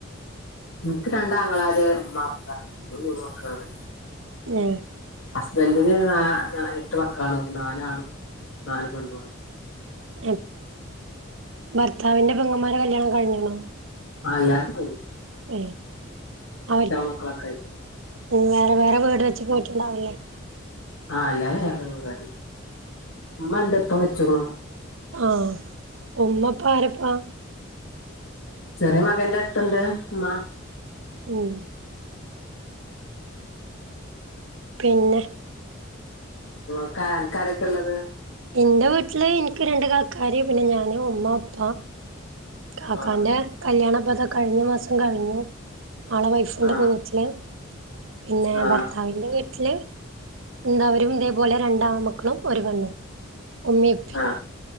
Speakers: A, on the left; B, on the right.
A: ൻക്ക് രണ്ടാങ്ങളാര് മ്മ പ്പ മൂന്നു മക്കളാണ്
B: ഏ
A: ഹസ്ബെന്റിന് നാ നാലെട്ട് മക്കളാണ് നാലാണും നാല് പെണ്ണും
B: <unintelligible> ഭർത്താവിന്റെ പൊങ്ങന്മാരെ കല്യാണം കഴ്ഞ്ണൊ
A: ആ ‌ എല്ലാര്തും കയ്ഞ്ഞു
B: ഏ അവര്
A: മക്കളൊക്കെ ആയിക്കണ്
B: വേറെ വേറെ വീട് വെച്ച് പോയിട്ട്ണ്ടാവുല്ലേ
A: ആ‌ എല്ലാരും വേറെ വീടായി മ്മ ണ്ട് പ്പ മരിച്ച്ക്കുണു
B: ആ ഉമ്മ പ്പ ആരപ്പാ
A: ചെറിയ മകന്റെട്ത്ത്ണ്ട് മ്മ
B: ഉം പിന്നെ
A: നമ്മൾക്ക അൻക്കാരൊക്കെള്ളത്
B: ന്റെ വീട്ടില് ൻക്ക് രണ്ട് കാക്കാര് പിന്നെ ഞാന്, ഉമ്മ, ഉപ്പ കാക്കാന്റെ
A: ആ
B: കല്യാണം പ്പതാ കഴിഞ്ഞ മാസം കഴിഞ്ഞു ആളെ വൈഫിന്റെപ്പൊ
A: ആ
B: വീട്ടില് പിന്നെ
A: ആ
B: ഭർത്താവിന്റെ വീട്ടില് എന്താവരും ഇതേപോലെ രണ്ടാ മക്കളും ഒരു പെണ്ണും ഉമ്മീം
A: ആ